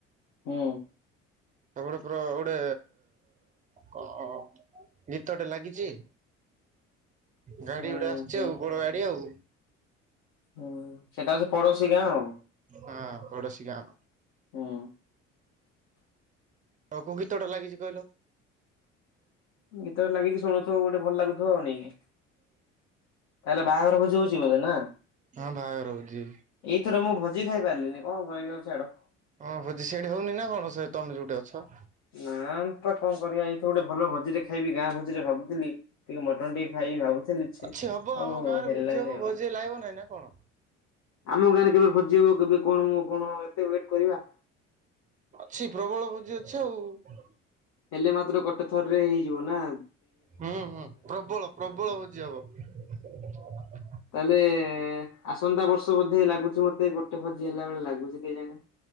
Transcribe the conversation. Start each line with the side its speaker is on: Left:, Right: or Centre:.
Left: ହୁଁ।
Right: ସେପଟେ ପୁରା ଗୋଟେ କ ଅ ଅ ଗୀତଟେ ଲାଗିଚି। ଗାଡି
Left: ହୁଁ
Right: ଗୁଡା ଆସିଛି
Left: ହୁଁ
Right: ଆଉ ବଡ ଗାଡି ଆଉ।
Left: ହୁଁ ସେଟା ହଉଛି ପଡୋଶୀ ଗାଁ ଆଉ
Right: ହଁ ପଡୋଶୀ ଗାଁ।
Left: ହୁଁ।
Right: ଆଉ କୋଉ ଗୀତ ଟା ଲାଗିଛି କହିଲ।
Left: ଗୀତଟା ଲାଗିଛି ଶୁଣୁଥିବ ଗୋଟେ ଭଲ ଲାଗୁଥିବ ଅ ନାଇଁକି। ତାହେଲେ ବାହାଘର ଭୋଜି ହଉଛି ବୋଧେ ନା।
Right: ହଁ ବାହାଘର ଭୋଜି।
Left: ଏଇଥର ମୁଁ ଭୋଜି ଖାଇ ପାରିଲିନି କଣ କହିବି ଆଉ ଛାଡ।
Right: ହଁ ଭୋଜି ସେଇଠି ହଉନି ନା କଣ ସେ ତମେ ଯୋଉଠି ଅଛ।
Left: ନା ପା କଣ କରିଆ ଏଇଥର ଗୋଟେ ଭଲ ଭୋଜିଟେ ଖାଇବି ଗାଁ ଭୋଜିଟେ ଭାବୁଥିଲି। ଟିକେ ମଟନ୍ ଟିକେ ଖାଇବି ଭାବୁ ଥିଲି ଛେ
Right: ଅଛି ହବ ଆମ
Left: ଓହୋ
Right: ଗାଁରେ
Left: ହେଲାନି
Right: ଭୋଜି ହବ
Left: ଆଉ।
Right: ଭୋଜି ଲାଗିବ ନାଇଁ ନା କଣ?
Left: ଆମ ଗାଁରେ କେବେ ଭୋଜିହବ କେବେ କଣ ମୁଁ କଣ ଏତେ ୱେଟ୍ କରିବା।
Right: ଅଛି ପ୍ରବଳ ଭୋଜି ଅଛି ଆଉ।
Left: ହେଲେ ମାତ୍ର ଗୋଟେ ଥରରେ ହେଇଯିବ ନାଁ।
Right: ହୁଁ ହୁଁ ପ୍ରବଳ ପ୍ରବଳ ଭୋଜି ହବ।
Left: ତାହେଲେ ଏ ଆସନ୍ତା ବର୍ଷ ବୋଧେ ଲାଗୁଛି ମତେ ଗୋଟେ ଭୋଜି ହେଲା ଭଳି ଲାଗୁଛି କେଜାଣେ।